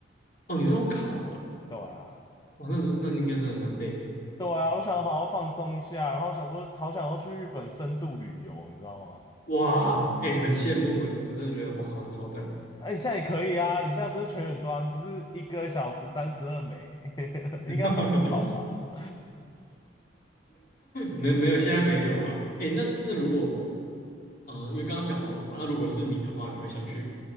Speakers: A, on the left (about 50°); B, on the left (about 20°).
A: 哦，你是用考的哦，
B: 对啊，
A: 哇，那是那应该真的蛮累的。
B: 对啊，我想好好放松一下，然后想说好想要去日本深度旅游，你知道吗？
A: 哇，哎、很羡慕哎，我真的觉得我考的超赞。
B: 哎，你现在也可以啊，你现在不是全远端，不是一个小时三十二美，<laughs>
A: <laughs>
B: 应该赚不少吧？
A: 没没有，现在没有啦。哎、那那如果，嗯、因为刚刚讲完我嘛，那如果是你的话，你会想去